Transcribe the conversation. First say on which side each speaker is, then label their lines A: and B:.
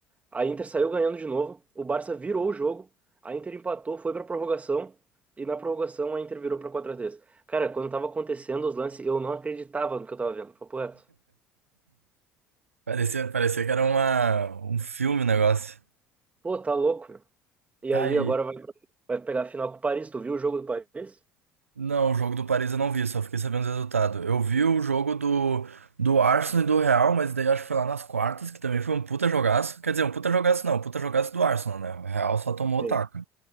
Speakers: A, on the right; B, on the right.
A: a Inter saiu ganhando de novo. O Barça virou o jogo. A Inter empatou, foi pra prorrogação. E na prorrogação a Inter virou pra quatro a três. Cara, quando tava acontecendo os lances, eu não acreditava no que eu tava vendo. Papo reto.
B: Parecia, parecia que era uma, um filme o negócio.
A: Pô, tá louco, meu. E
B: Tá
A: aí
B: aí.
A: agora vai, vai pegar a final com o Paris. Tu viu o jogo do Paris?
B: Não, o jogo do Paris eu não vi, só fiquei sabendo os resultados. Eu vi o jogo do, do Arsenal e do Real, mas daí acho que foi lá nas quartas, que também foi um puta jogaço. Quer dizer, um puta jogaço não, um puta jogaço do Arsenal, né? O Real só tomou o
A: Sim.
B: taco.